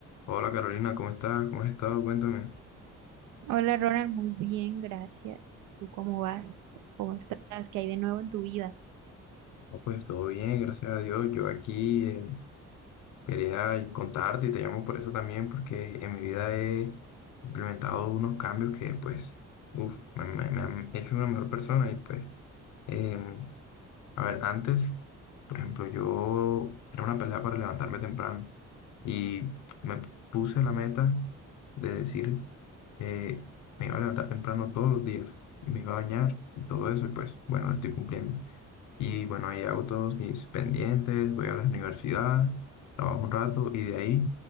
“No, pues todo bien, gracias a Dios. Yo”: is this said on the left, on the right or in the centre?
Left